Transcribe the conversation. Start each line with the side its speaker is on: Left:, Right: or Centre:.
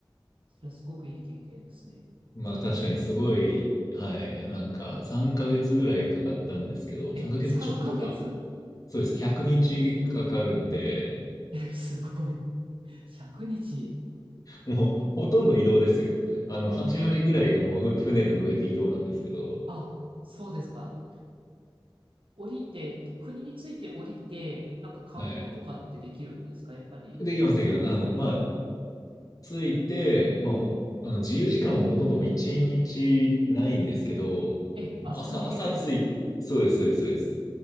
Right: それはすごくいい経験ですね。
Left: まあ確かにすごい、はい、なんか3ヶ月ぐらいかかったんですけど、
Right: え、
Left: 3ヶ月ちょっとか。
Right: 3ヶ月。
Left: そうです。100日かかるんで、
Right: え、すごい。100日。
Left: もうほとんど移動ですよ。あの、8割ぐらいがもうふ船の上で移動なんですけど、
Right: あ、そうですか。降りて、国について降りて、なんか観光とかってできるんですかやっぱり。
Left: はい。できます、できます。あの、まあ、
Right: あ、
Left: ついて、まあ、ほあの自由時間はもうほとんどもう一日ないんですけど、
Right: え、あ、
Left: 朝、
Right: そんな短いんですね。
Left: 朝つい、そうです、そうです、そうです。